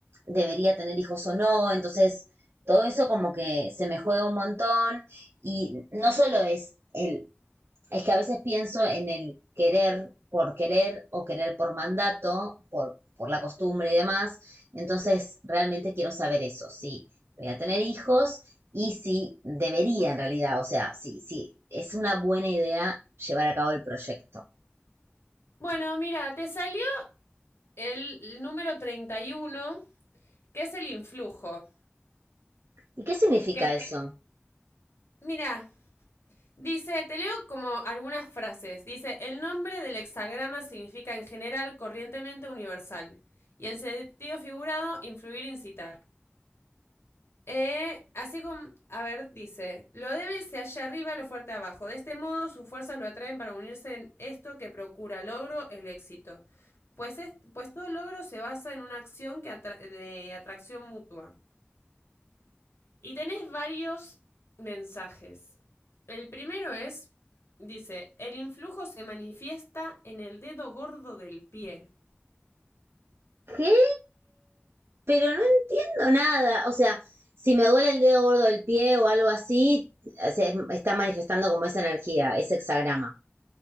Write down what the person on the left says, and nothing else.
Bueno, mira, te salió el número 31, que es el influjo.
Que te-
mira, dice, te leo como algunas frases. Dice, el nombre del hexagrama significa en general, corrientemente universal. Y en sentido figurado, influir, incitar. Eh, así como, a ver, dice, lo débil se halla arriba, lo fuerte abajo. De este modo sus fuerzas lo atraen para unirse en esto que procura logro, el éxito. Pues, es- pues todo logro se basa en una acción que atra- de atracción mutua. Y tenés varios mensajes. El primero es, dice, el influjo se manifiesta en el dedo gordo del pie.